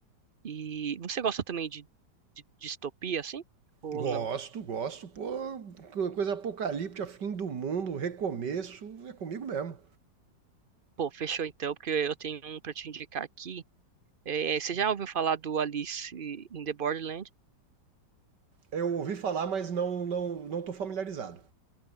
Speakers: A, on the right; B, on the right.
A: E você gosta também de, de distopia, assim? Ou
B: Gosto,
A: não?
B: gosto. Pô, co- coisa apocalíptica, fim do mundo, recomeço, é comigo mesmo.
A: Pô, fechou então, porque eu tenho um pra te indicar aqui. É, você já ouviu falar do Alice in the Borderland?
B: Eu ouvi falar, mas não, não, não tô familiarizado.